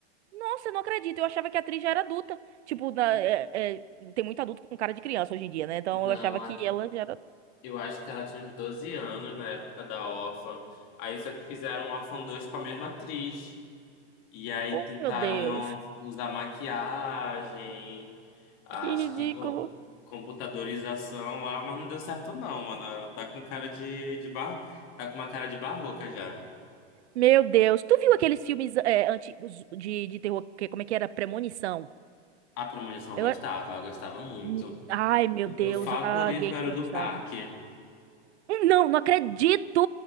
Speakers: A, on the right; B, on the left.
A: Nossa, eu não acredito. Eu achava que a atriz já era adulta. Tipo, na-
B: N-
A: é- é, tem muito adulto com cara de criança hoje em dia, né? Então
B: Não,
A: eu achava
B: a-
A: que ela já era.
B: eu acho que ela tinha uns 12 anos na época da Orphan. Aí só que fizeram Orphan dois com a mesma atriz. E aí
A: Oh,
B: tentaram
A: meu Deus.
B: uma- usar maquiagem, acho
A: Que ridículo.
B: que co- computadorização lá, mas não deu certo não, mano. Tá com cara de, de bar... Tá com uma cara de barroca já.
A: Meu Deus. Tu viu aqueles filmes é, antigos de, de terror? que- Como é que era? Premonição.
B: A premonição eu
A: Eu...
B: gostava, eu gostava muito.
A: Hum, Ai, meu
B: O
A: Deus.
B: meu favorito
A: Ah, alguém
B: era
A: que gostava.
B: o do parque,
A: Não, não acredito!